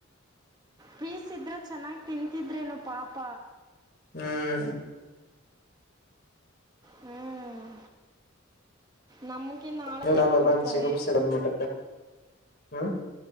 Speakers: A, on the right (about 20°); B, on the left (about 50°).
A: ಪೀಸ್ ಇದ್ರೆ ಚೆನ್ನಾಗ್ ತಿಂತಿದ್ರೇನೊ ಪಾಪ.
B: ಹ್ಮ್
A: ಹ್ಮ್ ನಮ್ಮ್ ಗೆ ನಾಳೆ
B: ನೀವಲ್ಲ
A: ಎಕಗ್ ಕೊಡ್ತಾರೆ.
B: ಜಿಗುಪ್ಸಿ ಬಂದ್ಬಿಟ್ಟೆ ಹ್ಮ್